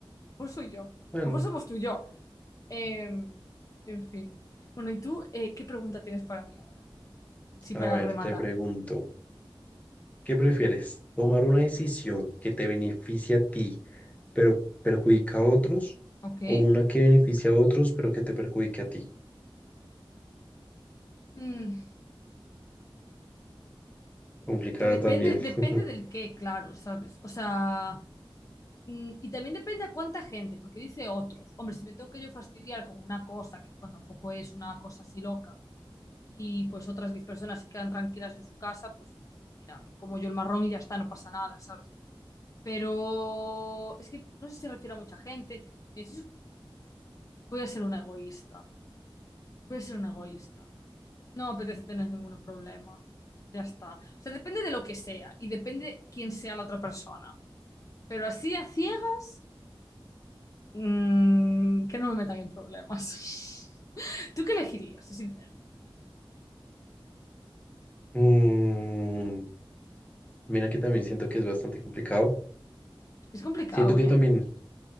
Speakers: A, on the left (about 35°); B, on the left (about 15°).
A: lo mejor soy yo, a lo
B: Bueno,
A: mejor somos tú y yo. Eh, en fin. Bueno, ¿y tú eh, qué pregunta tienes para mí ahora? Así
B: a
A: para
B: ver,
A: rematar,
B: te pregunto. ¿Qué prefieres? ¿Tomar una decisión que te beneficie a ti, pero perjudica a otros?
A: ¿ok?
B: ¿O una que beneficia a otros, pero que te perjudique a ti?
A: Mm,
B: Complicada
A: que depende,
B: también.
A: depende
B: <laughs>
A: del qué, claro, ¿sabes? O sea, mm, y también depende a cuánta gente, porque dice otros. Hombre, si me tengo que yo fastidiar con una cosa, que bueno, tampoco es una cosa así loca y pues otras 10 personas se quedan tranquilas en su casa, pues, pues mira, me como yo el marrón y ya está, no pasa nada, ¿sabes? Pero es que no sé si se refiere a mucha gente. Mira, si voy a ser una egoísta, voy a ser una egoísta. No me apetece tener ningún problema, ya está. O sea, depende de lo que sea y depende quién sea la otra persona. Pero así a ciegas, mm, que no me metan en problemas. <laughs> ¿Tú qué elegirías? Es sincero.
B: Mm, mira que también siento que es bastante complicado.
A: Es que es complicado,
B: Siento que
A: ¿eh?
B: también,